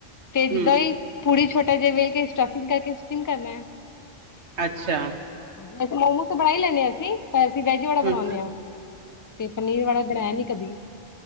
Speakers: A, on the left; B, on the right.
A: ਤੇ
B: ਹੂੰ
A: ਜਿਦਾਂ ਈ ਪੂੜੀ ਛੋਟਾ ਜਿਹਾ ਵੇੇਲ ਕੇ, ਸਟਫਿੰਗ ਕਰਕੇ, ਸਟੀਮ ਕਰਨਾ ਆ।
B: ਅੱਛਾ।
A: ਵੈਸੇ ਮੋਮੋਸ ਤਾਂ ਬਣਾ ਈ ਲੈਨੇਂ ਅਸੀਂ। ਫ ਅਸੀਂ ਵੈਜ ਵਾਲਾ ਬਣਾਉਨੇ
B: ਹੂੰ
A: ਆ ਤੇ ਪਨੀਰ ਵਾਲਾ ਬਣਾਇਆ ਨੀ ਕਦੀ।